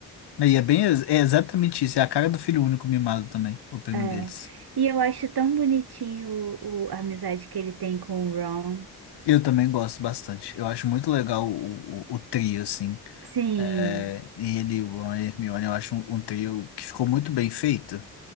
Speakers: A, on the left (about 80°); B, on the right (about 70°).
A: E é bem, é exatamente isso. É a cara do filho único mimado também, o primo
B: É.
A: deles.
B: E eu acho tão bonitinho o, a amizade que ele tem com o Ron.
A: Eu também gosto bastante. Eu acho muito legal o, o, o trio, assim.
B: Sim,
A: É, ele, o Ron e a Hermione, eu acho um, um trio que ficou muito bem feito.